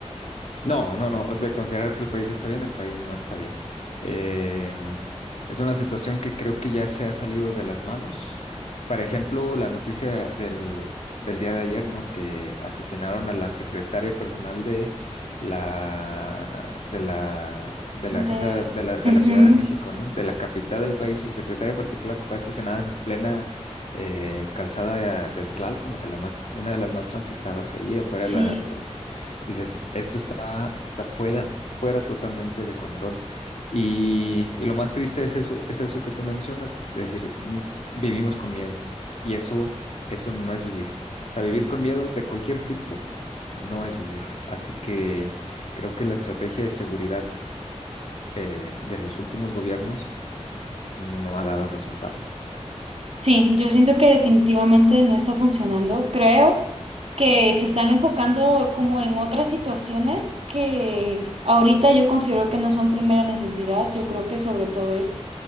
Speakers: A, on the left; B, on the right.
A: No, no, no, de considerar que el país está bien, el país no está bien. Em, es una situación que creo que ya se ha salido de las manos. Por ejemplo, la noticia del, del día de ayer, ¿no? Que asesinaron a la secretaria personal de la, de la, de la jefa
B: De...
A: de la, de
B: Ujú,
A: la Ciudad de México, ¿no? De la capital del país, su secretaria particular fue asesinada en plena eh, calzada de, de Tlalpan, o sea, la más, una de las más transitadas ahí afuera
B: sí.
A: de la, Dices, esto está, está fuera, fuera totalmente de control. Y, y lo más triste es eso, es eso que tú mencionas, es decir, mm, vivimos con miedo. Y eso, eso no es vivir. O sea, vivir con miedo de cualquier tipo no es vivir. Así que creo que la estrategia de seguridad eh, de los últimos gobiernos no ha dado resultado.
B: Sí, yo siento que definitivamente no está funcionando. Creo que se están enfocando como en otras situaciones que ahorita yo considero que no son primera necesidad. Yo creo que sobre todo es